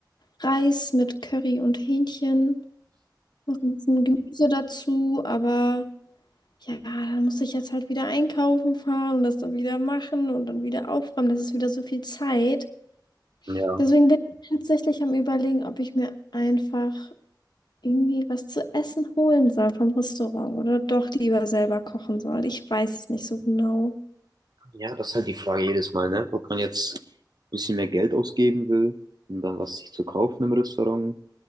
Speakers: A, on the left; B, on the right.
A: Reis mit Curry und Hähnchen. Noch ein bisschen Gemüse dazu, aber ja, dann muss ich jetzt halt wieder einkaufen fahren und das dann wieder machen und dann wieder aufräumen. Das ist wieder so viel Zeit.
B: Ja,
A: Deswegen bin ich tatsächlich am Überlegen, ob ich mir einfach irgendwie was zu essen holen soll vom Restaurant oder doch lieber selber kochen soll. Ich weiß es nicht so genau.
B: ja, das ist halt die Frage jedes Mal, ne? Ob man jetzt ein bisschen mehr Geld ausgeben will, um dann was sich zu kaufen im Restaurant,